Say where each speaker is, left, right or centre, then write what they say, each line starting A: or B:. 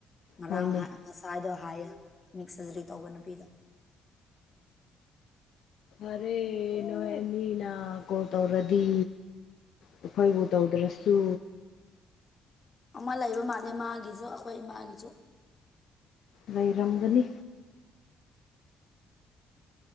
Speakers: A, on the left; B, on the left.
A: ꯉꯔꯥꯡ
B: ꯍꯣꯏꯅꯦ
A: ꯉꯁꯥꯏꯗꯣ ꯍꯥꯏꯌꯦ ꯃꯤꯛ ꯁꯔꯖꯔꯤ ꯇꯧꯕ ꯅꯨꯄꯤꯗꯣ
B: ꯑꯔꯦ ꯅꯣꯏ ꯑꯅꯤꯅ ꯀꯣꯜ ꯇꯧꯔꯗꯤ ꯑꯩꯈꯣꯏꯕꯨ ꯇꯧꯗ꯭ꯔꯁꯨ
A: ꯑꯃ ꯂꯩꯕ ꯃꯥꯜꯂꯦ ꯃꯥꯒꯤꯁꯨ ꯑꯩꯈꯣꯏ ꯏꯃꯥꯒꯤꯁꯨ
B: ꯂꯩꯔꯝꯒꯅꯤ